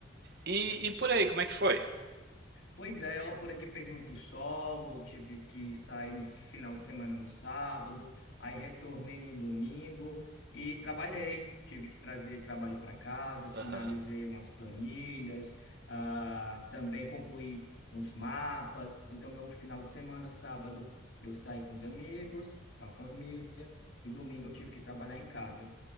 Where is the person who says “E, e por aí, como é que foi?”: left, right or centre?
Right